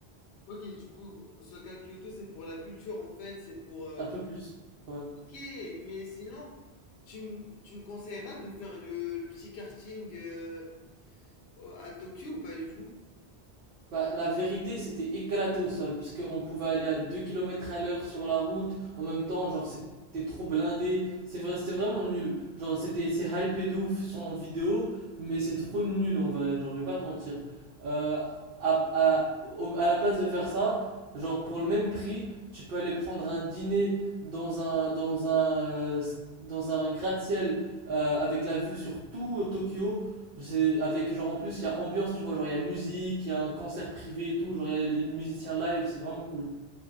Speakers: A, on the left; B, on the right.
A: ok, du coup, Osaka Kyoto, c'est pour la culture en fait, c'est pour. euh,
B: Un peu plus. Ouais.
A: Ok, mais sinon, tu, m- tu me conseilleras de faire le, le petit karting euh, à Tokyo ou pas du tout?
B: Bah, la vérité, c'était éclaté au sol, parce qu'on pouvait aller à 2 kilomètres à l'heure sur la route, en même temps, genre, c'était trop blindé, c'est vrai, c'était vraiment nul. Genre, c'était, c'est hypé de ouf sans- en vidéo, mais c'est trop nul en vrai, genre, je vais pas te mentir. Euh, à, à, au- à la place de faire ça, genre, pour le même prix, tu peux aller prendre un dîner dans un, dans un, euh, s- dans un gratte-ciel, euh, avec la vue sur tout euh, Tokyo, c'est avec genre en plus il y a ambiance, tu vois, genre il y a musique, il y a un concert privé et tout, genre il y a les musiciens live, c'est vraiment cool.